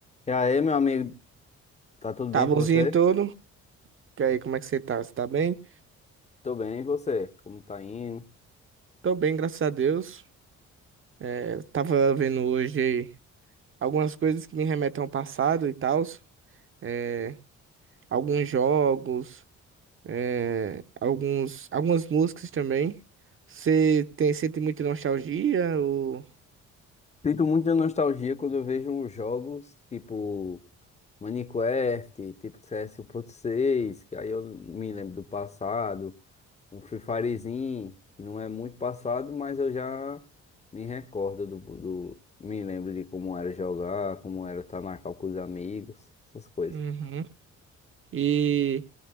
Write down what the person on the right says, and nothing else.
Tá
bonzinho
todo? E aí, como é que você tá? Você tá bem?
Tô bem, graças a Deus. É, tava vendo hoje algumas coisas que me remetem ao passado e tal. É, alguns jogos, é, alguns, algumas músicas também. Você tem, sente muita nostalgia? Ou...
Uhum. E